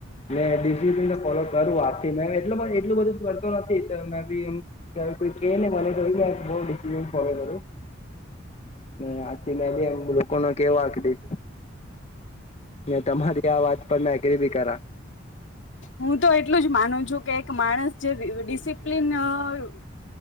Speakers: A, on the left (about 35°); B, on the left (about 70°).
A: મેં ડિસિપ્લિન ભી ફોલો કરું આકે મેં એટલું બ એટલું કરતો નથી નથી કરતું કા કોઈ કેને મારે બહુ <inaudible> ફોલો કરું ને આથી મારી એમ બોલો કોના કેવા કે વાંકડી ને તમારી આ વાત પર મેં એગરી બી કરા.
B: હું તો એટલું જ માનું છું કે એક માણસ જે ડિસિપ્લિન અહ